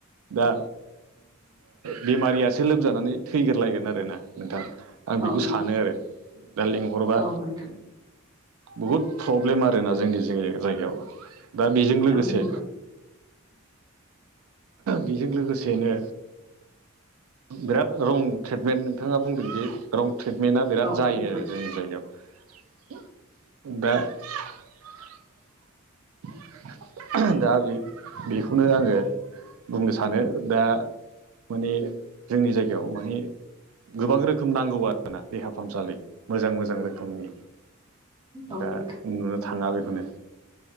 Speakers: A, on the right; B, on the right.
A: दा बेमारियासो लोमजानानै थैग्रलायगोन आरोना नोंथाङा आं बेखौ
B: औ नोंथां
A: सानो आरो दा लेंंहरबा
B: औ नोंथां
A: बहुद प्रब्लेम आरोना जोंनि जायगायाव दा बेजों लोगोसे
B: औ नोंथां
A: बेजों लोगोसेनो बिराद रं ट्रिटमेन्ट नोंथाङा बुंदों जे रं ट्रिटमेन्टआ बिराद
B: औ
A: जायो
B: नोंथां
A: आरो जोंनि जायगायाव <unintelligible> <inaudible> दा बे बेखौनो आङो बुंनो सानो। दा माने जोंनि जायगायाव माने गोबां रोखोम नांगौ आरोना देहा फाहामसालि मोजां मोजां रोखोमनि
B: औ
A: दा
B: नोंथां
A: नुनो थाङा बेखौनो